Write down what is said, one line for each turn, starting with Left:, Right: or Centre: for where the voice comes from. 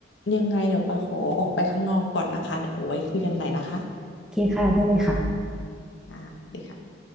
Left: ยังไงเดี๋ยวปาขอออกไปข้างนอกก่อนนะคะเดี๋ยวเอาไว้คุยกันใหม่นะคะ
Centre: โอเคค่ะได้เลยค่ะ
Left: อ่าสวัสดีค่ะ